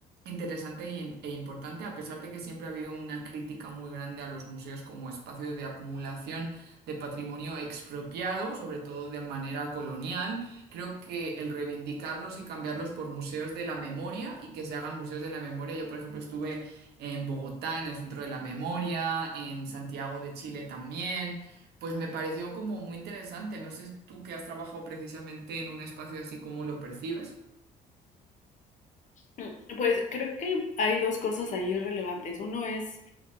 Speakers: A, on the right (about 75°); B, on the left (about 45°).
A: interesante y im- e importante, a pesar de que siempre ha habido una crítica muy grande a los museos como espacios de acumulación de patrimonio expropiado, sobre todo de manera colonial, creo que el reivindicarlos y cambiarlos por museos de la memoria y que se hagan museos de la memoria, yo por ejemplo estuve en Bogotá, en el Centro de la Memoria, en Santiago de Chile también. Pues me pareció como muy interesante. No sé tú que has trabajado precisamente en un espacio así ¿Cómo lo percibes.
B: Mm, Pues creo que hay dos cosas ahí relevantes. Uno es